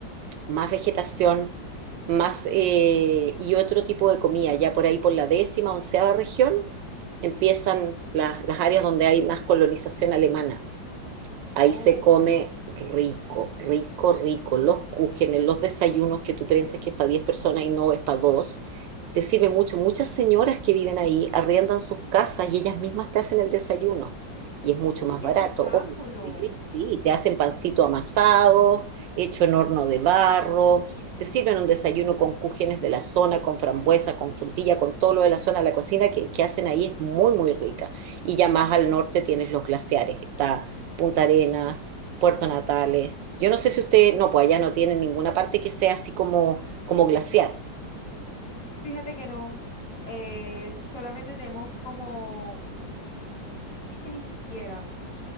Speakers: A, on the right; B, on the left.
A: más vegetación, más eh, y otro tipo de comida. Ya por ahí por la décima, onceava región empiezan las las áreas donde hay más colonización alemana. Ahí
B: Oh,
A: se come
B: wow.
A: rico, rico, rico. Los cúgenes, los desayunos que tú piensas que es para 10 personas y no es para dos. Te sirve mucho. Muchas señoras que viven ahí arriendan sus casas y ellas mismas te hacen el desayuno. Y es mucho
B: Uy,
A: más
B: qué
A: barato.
B: espectáculo.
A: obvio. sí, sí, te hacen pancito amasado, hecho en horno de barro. Te sirven un desayuno con cúgenes de la zona, con frambuesa, con frutilla, con todo lo de la zona. La cocina que, que hacen ahí es muy, muy rica. Y ya más al norte tienes los glaciares. Está Punta Arenas, Puerto Natales. Yo no sé si usted, no, pues allá no tiene ninguna parte que sea así como, como glaciar.
B: Fíjate que no, eh, solamente tenemos como, es que ni siquiera,